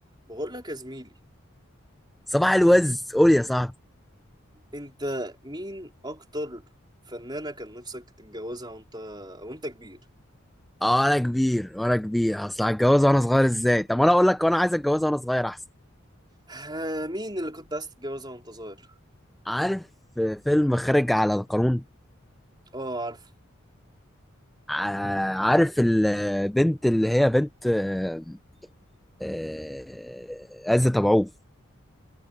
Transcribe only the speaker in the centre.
صباح الوز قول يا صاحبي
اه انا كبير وانا كبير اصل هتجوز وانا صغير ازاي طب انا اقول لك وانا عايز اتجوز وانا صغير احسن
عارف فيلم خارج على القانون
ع- عارف البنت اللي هي بنت آه، آه، عزت ابو عوف